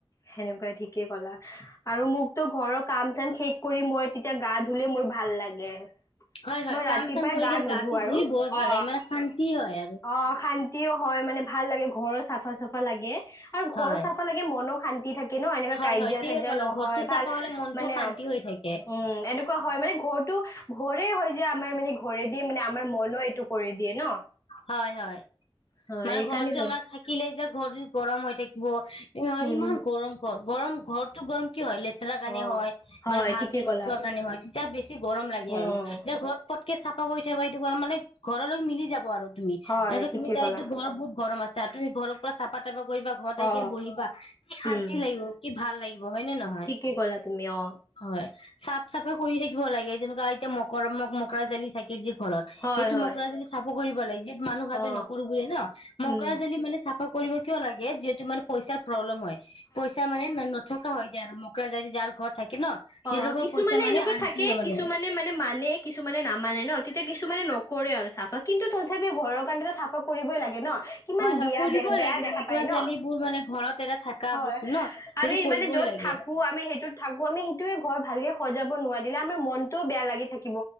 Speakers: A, on the left (about 35°); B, on the left (about 85°).
A: সেনেকুৱাই ঠিকেই কলা আৰু মোক তো ঘৰৰ কাম চাম সেই কৰি মই তেতিয়া গা ধুলে মোৰ ভাল লাগে
B: হয় হয়
A: মই
B: কাম
A: ৰাতিপুৱাই
B: চাম কৰি
A: গা
B: কিনে
A: নুধো
B: গাটো
A: আৰু
B: ধুই বৰ ভাল
A: অ
B: লাগে মানে শান্তি হয় আৰু
A: অ শান্তিও হয় মানে ভাল লাগে ঘৰৰ চাফা চা লাগে আৰু
B: হয়
A: ঘৰ চাফা লাগে মনো শান্তি থাকে <unintelligible> কিনো এনেকুৱা
B: হয়
A: কাজিয়া
B: হয় ঠিকে
A: চাজিয়া
B: ক'লা
A: নহয়
B: ঘৰটো চাফা
A: ভাল
B: হ'লে মনটো
A: মানে
B: শান্তি হৈ থাকে
A: উম এনেকুৱা হয় মানে ঘৰটো ঘৰে হয় যে আমাৰ মানে ঘৰে দি মানে আমাৰ মনো এইটো কৰি দিয়ে ন
B: হয় হয়
A: হয়
B: মানে
A: এইকাৰণেতো
B: ঘৰতটো আমাৰ থাকিলে যে ঘৰ গৰম হৈ থাকিব
A: উম
B: ইমান গৰম ঘৰ গৰম ঘৰটো গৰম কিয় হয় গানে
A: অ
B: হয়
A: হয়
B: মানে ভাল
A: ঠিকে
B: যে
A: ক'লা
B: নথোৱা গানে হয়। তাৰ বেছি গৰম লাগে
A: উম
B: আৰু এতিয়া ঘৰত পতকে চ কৈ থাক সেইটো মানে ঘৰলৈ মিলি যাব আৰু। তুমি
A: হয়
B: নহলে
A: ঠিকে
B: তুমি তাইকতো
A: ক'লা
B: ঘৰ বহুত গৰম আছে। ত ঘৰৰ পৰা চাহপাত তাৰপা কৰিবা ঘৰত আহ
A: অ
B: কিনে বহিবা কি শান্তি
A: উম
B: লাগিব কি ভাল লাগিব হয় নে নহয়।
A: ঠিকে ক'লা তুমি অ
B: হয় চাফ চাফা কৰি থাক লাগে যেনেকুৱা এতিয়া মকৰ ম মকৰা জালি থাকিল যি। ঘৰত
A: হয়
B: সেইটো
A: হয়
B: মকৰা যদি চাফ কৰিব। ভালা <unintelligible> যি মানুহ ভাবে
A: অ
B: নকৰো বুলি ন মকৰা
A: উম
B: জালি মানে চাফা। কৰিব কিয় লাগে যিহেতু মানে পইচা প্ৰব্লেম হয় পইচা মানে নথকা হয় যে আৰু মকৰা জালি যাৰ ঘৰত থাকে ন সিহঁতৰ
A: অহ ', কিছুমানে
B: পইচা মানে
A: এনেকুৱা
B: আনতি
A: থাকে,
B: হয় মানে
A: কিছুমানে মানে - মানে কিছুমানে নামানে ন তেতিয়া কিছুমান কিছুমানে নকৰে আৰু চাফা কিন্তু তথাপি ঘৰৰ কাৰণ চাফা কৰিবই লাগে ন। কিমান
B: হয় -হয়
A: বিয়া
B: কৰিবই
A: দে বেয়া
B: লাগে
A: দেখা
B: মকৰা
A: পায় ন
B: জালিবোৰ মানে ঘৰত এটা থকা
A: হয়
B: বস্তু ন সেইটো
A: আমি
B: কৰিবই
A: মানে য'ত
B: লাগে।
A: থাকো আমি সেইটোত থাকো আমি সেইটোয়ে ঘৰ ভালকে সজাব নোৱাৰিলে আমাৰ মনতও বেয়া লাগি থাকিব।